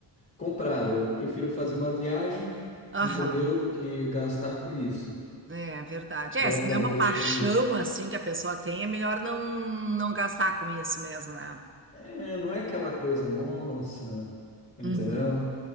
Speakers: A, on the left; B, on the right.
A: comprar. daí Eu prefiro fazer uma viagem,
B: Aham,
A: entendeu? Do que gastar com isso.
B: é é verdade.
A: Daí
B: É, se
A: acaba
B: não é uma
A: deixando
B: paixão,
A: ir.
B: assim, que a pessoa tem, é melhor não, não gastar com isso mesmo, né?
A: É, não é aquela coisa, nossa, entendeu?
B: Uhum.